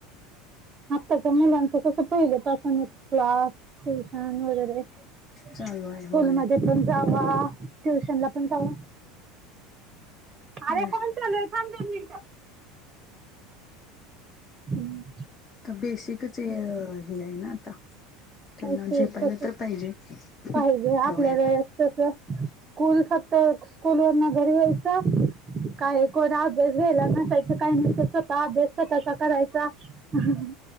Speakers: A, on the right; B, on the left.
A: आत्ताच्या मुलांचं तस पहिले पासूनच क्लास ट्युशन वगैरे स्कूल
B: चालू आहे होय
A: मध्ये पण जावा ट्युशन ला पण जाव अरे
B: होय
A: फोन चालू आहे थांब दोन मिनिट हम्म
B: तर बेसिकच हे हे आहे ना आता त्यांना
A: ते
B: झेपायला
A: तस
B: तर पाहिजे
A: पाहिजे
B: ह्या
A: आपल्या
B: वयात
A: वेळेस स्कूल फक्त स्कूल वरन घरी यायचं काय कोण अभ्यास घ्यायला नसायच काही नाहीत स्वतः अभ्यास तसा करायचा. हम.